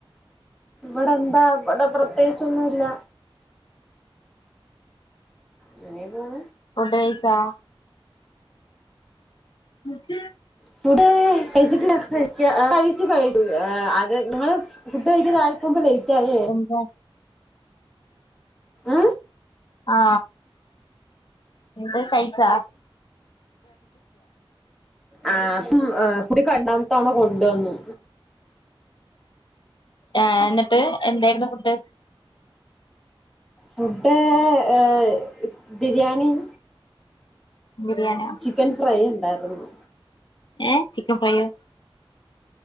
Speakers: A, in the centre; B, on the left (about 55°).
A: വടെന്താ വടെ പ്രത്യേകിച്ച് ഒന്നുയില്ല അങ്ങനെ പോൺ
B: ഫുഡ് കഴിച്ചോ? മ്
A: ഫുഡെ കഴിച്ചിട്ടില്ല കഴിക്കാൻ കഴിച്ച് കഴിഞ്ഞു ഏ അത് ഞങ്ങൾ ഫുഡ് കഴിക്കാൻ <unintelligible> ലെയ്റ്റായേ
B: എന്താ
A: ഉം
B: ആ ന്ന്ട്ട് കയിച്ചോ
A: ആ ഇപ്പം <unintelligible> തവണ കൊണ്ട് വന്നു
B: ഏ എന്നിട്ട് എന്തായിരുന്നു ഫുഡ്
A: മുട്ടെ ഏ ബിരിയാണിം
B: ബിരിയാണിയാ
A: ചിക്കൻ ഫ്രൈയും ഇണ്ടായിരുന്നു
B: എ ചിക്കൻ ഫ്രൈയോ